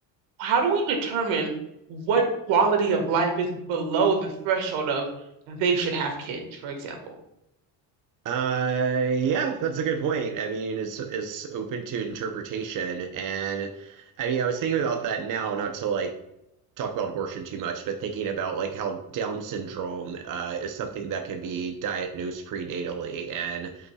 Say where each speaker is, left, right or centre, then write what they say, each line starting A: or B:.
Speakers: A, on the right; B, on the right.
A: How do we determine what quality of life is below the threshold of they should have kids, for example?
B: Uh, yeah, that's a good point. I mean, it's it's open to interpretation, and I mean, I was thinking about that now, not to like talk about abortion too much, but thinking about like how Down syndrome uh, is something that can be diagnosed prenatally, and